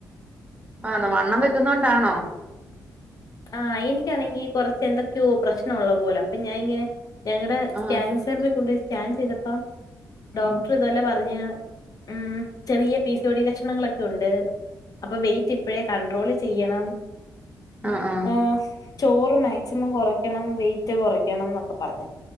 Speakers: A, on the right; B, on the left.
A: ആന്ന് വണ്ണം വെക്കുന്നതൊണ്ടാണോ
B: ആഹ് എനിക്കാണെങ്കി കുറച്ച് എന്തൊക്കെയോ പ്രശ്നം ഉള്ള പോലെ അപ്പൊ ഞാന ഇങ്ങനെ ഞങ്ങളടെ
A: ആ
B: സ്കാനിങ് സെന്റർ കൊണ്ടുപോയി സ്കാൻ ചെയ്തപ്പ ഡോക്ടർ
A: ഉം
B: ഇതു പോല്ലേ പറഞ്ഞ് ഉം ചെറിയ പി സി ഒ ഡി ലക്ഷണങ്ങളൊക്കെ ഉണ്ട് അപ്പൊ വെയ്റ്റ് ഇപ്പോഴേ കണ്ട്രോള് ചെയ്യണം
A: ആഹ് ആഹ്
B: ആഹ് ചോറ് മാക്സിമം കുറക്കണം വെയിറ്റ് കുറയ്ക്കണം എന്നൊക്കെ പറഞ്